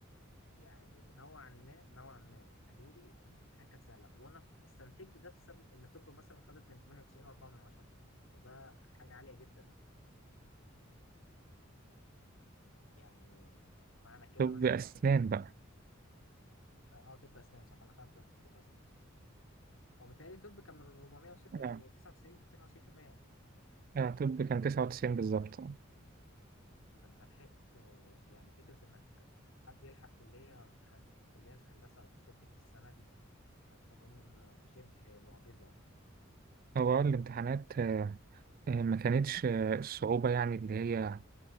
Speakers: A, on the left (about 80°); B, on the right (about 45°).
A: يعني نوعا ما نوعا ما قالوا لي إن الامتحان كانت سهله وانا استنتجت ده بسبب ان طب مثلا خدت من 98 و4 من 10 وده حاجه عاليه جدا يعني معنى كده
B: طب
A: مثلا
B: أسنان بقى
A: اه آه، طب اسنان صح انا فعلا كنت عايز أخش طب اسنان هو بيتهيألي طب كان من 406
B: اه
A: يعني 99 99%
B: اه طب كان تسعة وتسعين بالظبط
A: ده انت لحقت آه، يعني فكرة انك حد يلحق كلية هن... كلية في هندسة او في طب في السنة دي كانت اظن شبه معجزة يعني
B: هو آه، الامتحانات آه آه، ما كانتش آه، الصعوبة يعني اللي هي